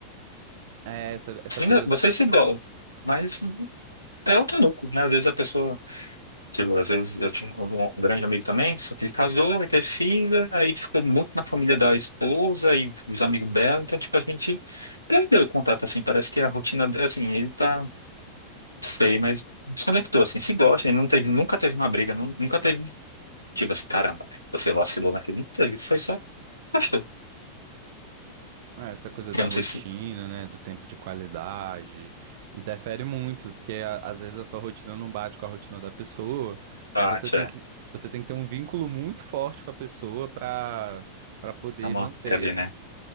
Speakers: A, on the right; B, on the left.
A: É essa, essa
B: Sim,
A: coisa,
B: ainda- vocês se gostam, mas é outro núcleo, né? Às vezes a pessoa, tipo, às vezes eu tinha um, um um grande amigo também, só que ele casou, aí teve filha, aí ficou muito na família da esposa e os amigos dela, então, tipo, a gente perdeu o contato, assim, parece que a rotina, assim, ele tá. sei, mas desconectou, assim, se gosta, e não teve, nunca teve uma briga, nu- nunca teve, tipo assim, caramba, você vacilou naquele, não teve, foi só, gostou.
A: é, essa coisa da
B: Eu não
A: rotina,
B: sei se
A: né? Do tempo de qualidade, interfere muito, porque a- às vezes a sua rotina não bate com a rotina da pessoa.
B: bate,
A: Aí você tem
B: é,
A: que, você tem que ter um vínculo muito forte com a pessoa pra, pra poder
B: é uma
A: manter.
B: ali, né?